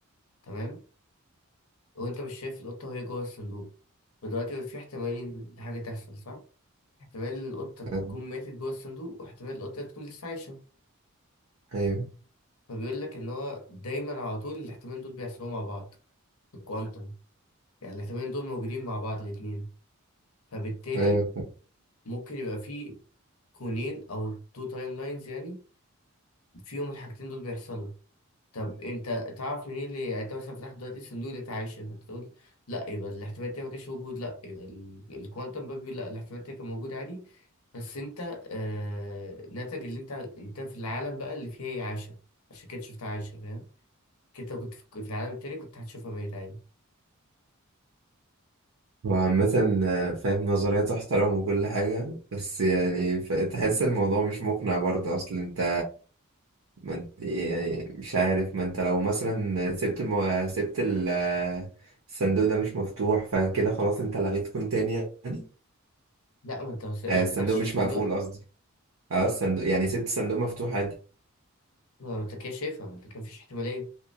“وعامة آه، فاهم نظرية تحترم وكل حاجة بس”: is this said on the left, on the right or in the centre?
Right